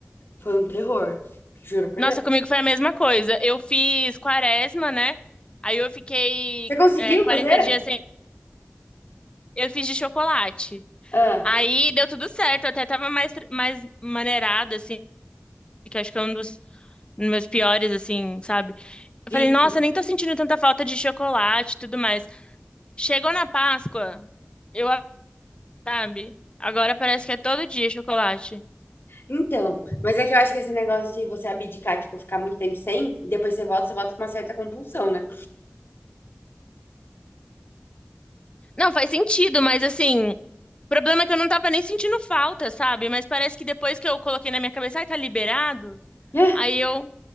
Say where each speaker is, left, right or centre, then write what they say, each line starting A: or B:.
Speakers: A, on the left; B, on the left.
A: foi um terror. Juro por
B: Nossa,
A: Deus.
B: comigo foi a mesma coisa. Eu fiz quaresma, né? Aí eu fiquei
A: Você conseguiu
B: é, 40
A: fazer?
B: dias sem... Eu fiz de chocolate.
A: Ah,
B: Aí deu tudo certo. Eu até tava mais, tr- mais maneirada, assim, que acho que é um dos meus piores, assim, sabe? Eu
A: vi.
B: falei, nossa, nem tô sentindo tanta falta de chocolate e tudo mais. Chegou na Páscoa... Eu sabe? Agora parece que é todo dia chocolate.
A: Então, mas é que eu acho que esse negócio de você abdicar, tipo, ficar muito tempo sem, e depois você volta, você volta com uma certa compulsão, né?
B: Não, faz sentido, mas assim, o problema é que eu não tava nem sentindo falta, sabe? Mas parece que depois que eu coloquei na minha cabeça, ai, tá liberado,
A: <laughs>
B: aí eu